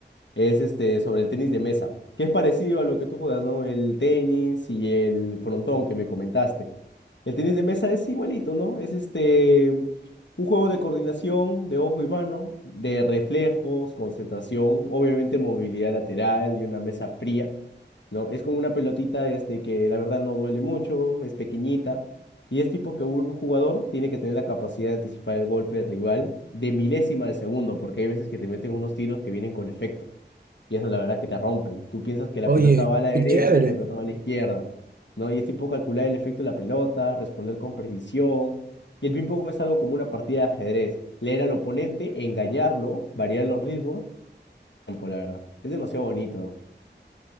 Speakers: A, on the left; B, on the right.
A: es este, sobre el tenis de mesa, que es parecido a lo que tú juegas, ¿no? El tenis y el frontón que me comentaste. El tenis de mesa es igualito, ¿no? Es este, un juego de coordinación de ojo y mano, de reflejos, concentración, obviamente movilidad lateral y una mesa fría, ¿no? Es con una pelotita este, que la verdad no duele mucho, es pequeñita. Y es tipo que un jugador tiene que tener la capacidad de anticipar el golpe del rival de milésima de segundo, porque hay veces que te meten unos tiros que vienen con efecto. Y eso la verdad que te rompen. Tú piensas que la
B: Oye,
A: pelota va a la derecha
B: qué chévere.
A: y la pelota va a la izquierda, ¿no? Y es tipo calcular el efecto de la pelota, responder con precisión. Y el ping-pong es algo como una partida de ajedrez. Leer al oponente, engañarlo, variar los ritmos, tiempo, la verdad. Es demasiado bonito.